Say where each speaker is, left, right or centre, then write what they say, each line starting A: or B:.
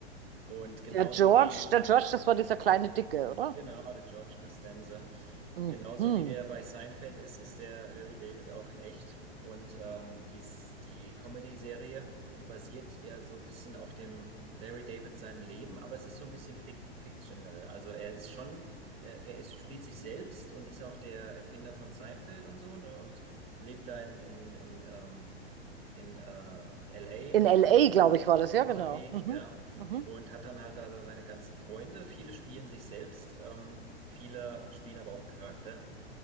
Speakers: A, on the right (about 15°); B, on the right (about 60°).
A: Und genauso
B: Der George,
A: wie,
B: der George, das war dieser kleine Dicke, oder?
A: Genau, der George Costanza.
B: Mhm.
A: Genauso
B: Mhm.
A: wie der bei Seinfeld ist, ist der Larry David auch in echt. Und ähm, dies, die Comedy-Serie, die basiert eher so ein bisschen auf dem Larry David seinem Leben, aber es ist so ein bisschen fic fictional. Also er ist schon, er, er ist, spielt sich selbst und ist auch der Erfinder von Seinfeld und so, ne? Und lebt da in, in, in, ähm, in äh, LA,
B: In
A: in
B: LA,
A: der, in
B: glaube ich, war das, ja,
A: tollen
B: genau.
A: Gegend,
B: Mhm.
A: ja.
B: Mhm.
A: Und hat dann halt da so seine ganzen Freunde. Viele spielen sich selbst, ähm, viele spielen aber auch einen Charakter.